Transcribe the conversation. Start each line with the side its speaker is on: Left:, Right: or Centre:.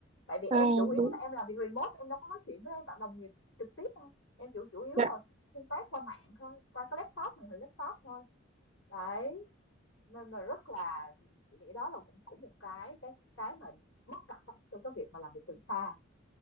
Left: tại vì em
Right: à
Left: chủ yếu
Right: đúng
Left: là em làm việc remote em đâu có nói chuyện với bạn đồng nghiệp trực tiếp đâu em chủ chủ yếu
Right: dạ
Left: là tương tác qua mạng thôi qua cái laptop màn hình laptop thôi đấy nên là rất là chị nghĩ đó là cũng cũng một cái cái cái mà bất cập á, trong cái việc mà làm việc từ xa